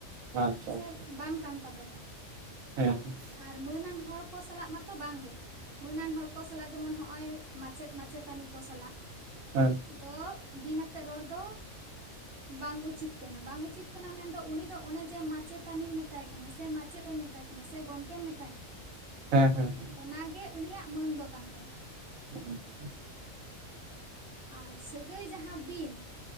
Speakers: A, on the right; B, on the right.
A: ᱟᱪᱪᱷᱟ
B: ᱥᱮ
A: ᱟᱪᱪᱷᱟ
B: ᱵᱟᱝ ᱠᱟᱱ ᱛᱟᱵᱚᱱᱟ᱾
A: ᱦᱮᱸ ᱦᱮᱸ᱾
B: ᱟᱨ ᱢᱟᱹᱱᱟᱱ ᱦᱚᱲ ᱠᱚ ᱥᱟᱞᱟᱜ ᱢᱟ ᱛᱚ ᱵᱟᱝᱜᱮ ᱾ ᱢᱟᱹᱱᱟᱱ ᱦᱚᱲ ᱠᱚ ᱥᱟᱞᱟᱜ ᱡᱮᱢᱚᱱ ᱱᱚᱜᱼᱚᱭ ᱢᱟᱪᱮᱫ ᱢᱟᱪᱮᱛᱟᱹᱱᱤ ᱠᱚ ᱥᱟᱞᱟᱜ
A: <unintelligible>
B: ᱛᱚ ᱵᱤᱱ ᱟᱛᱮᱜ ᱨᱚᱲ ᱫᱚ ᱵᱟᱝ ᱩᱪᱤᱛ ᱠᱟᱱᱟ ᱵᱟᱝ ᱩᱪᱤᱛ ᱠᱟᱱᱟ ᱢᱮᱱ ᱫᱚ ᱩᱱᱤ ᱫᱚ ᱚᱱᱮ ᱡᱮ ᱢᱟᱪᱮᱛᱟᱱᱤᱢ ᱢᱮᱛᱟᱭ ᱠᱟᱱᱟ ᱥᱮ ᱢᱟ ᱪᱮᱫ ᱮᱢ ᱢᱮᱛᱟᱭ ᱠᱟᱱᱟ ᱥᱮ ᱜᱚᱢᱠᱮᱢ ᱢᱮᱛᱟᱭ ᱠᱟᱱᱟ,
A: ᱦᱮᱸ ᱦᱮᱸ,
B: ᱚᱱᱟ ᱜᱮ ᱩᱱᱤᱭᱟᱜ ᱢᱟᱹᱱ ᱫᱚ ᱠᱟᱱ ᱛᱟᱭᱟ ᱾
A: <inaudible>
B: ᱟᱨ ᱥᱟᱹᱜᱟᱹᱭ ᱡᱟᱸᱦᱟ ᱵᱤᱱ